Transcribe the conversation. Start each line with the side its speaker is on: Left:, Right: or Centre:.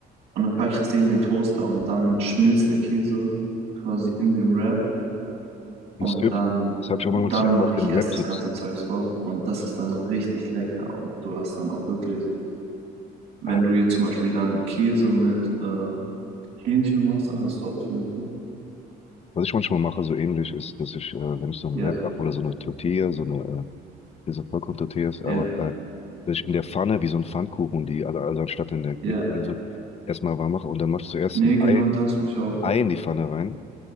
Right: und dann packe ich das Ding in den Toaster und dann schmilzt der Käse quasi in dem Wrap und
Left: Das Tipp,
Right: dann,
Left: das habe ich auch
Right: dann
Left: mal mit Tipp
Right: mache
Left: auf den
Right: ich erst
Left: Rap
Right: das
Left: so.
Right: ganze Zeugs drauf und das ist dann richtig lecker und du hast dann auch wirklich, wenn
Left: Ah,
Right: du jetzt zum Beispiel dann Käse mit äh, Hähnchen machst, dann hast du auf jeden Fall.
Left: Was ich manchmal mache, so ähnlich ist, dass ich, äh, wenn ich so einen
Right: Ja,
Left: Wrap hab oder so eine Tortilla, so eine, äh, diese Vollkorn-Tortilla ist,
Right: ja,
Left: aber äh, dass ich in der Pfanne wie so ein Pfannkuchen, die, also, also anstatt in der
Right: ja.
Left: Mikrowelle oder so, erstmal warm mache und dann machst du zuerst
Right: Nee,
Left: ein
Right: genau
Left: Ei,
Right: das mache ich auch.
Left: ein Ei in die Pfanne rein,